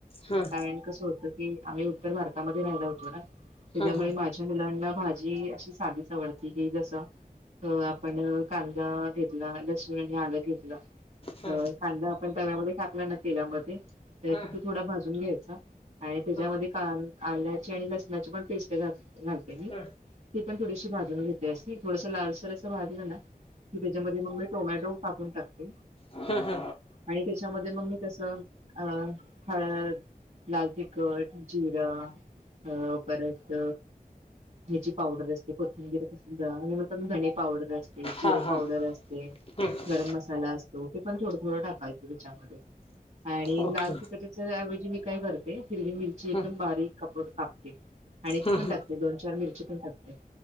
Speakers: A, on the left (about 40°); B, on the right (about 50°).
A: हम्म
B: कारण कसं होतं क आम्ही उत्तर भारतामध्ये राहिला होतो ना त्याच्यामुळे
A: हम्म
B: माझ्या मुलांना ी अशी साधी चवडती ही जसं हो आपण कांदा घेतला लसूण आणि आलं घेतलं
A: हम्म
B: कांदा आपण तव्यामध्ये टाकला ना तेलामध्ये तर
A: हम्म
B: तिथे थोडा भाजून घ्यायचा आणि त्याच्यामध्ये
A: हम्म
B: का आल्याची आणि लसणाची पण पेस्ट घ मी
A: हम्म हम्म हम्म
B: ती पण थोडीशी भाजून घेते अस थोडस लालसर ना की त्याच्यामध्ये मग मी टोमॅटो कापून टाकते
A: हम्म
B: आणि त्याच्यामध्ये मग मी कसं अ लाल तिखट जिरा अ परत ह्याची पावडर असते कोथिंबीर कसध आणिर धणे पावडर असते जिरे
A: हा हा
B: पावडर असते
A: हम्म
B: गरम मसाला असतो पण थोडं थोडं टाकायचं त्याच्यामध्ये आणि
A: ओके
B: लाल तिकटीच्या ऐवजी मी काय करते हिरवी मिरची एकदम
A: हम्म
B: बारीक कप कापते आणि ती
A: हम्म
B: पण
A: हम्म
B: टाकते दोन चार मिरची पण टाकते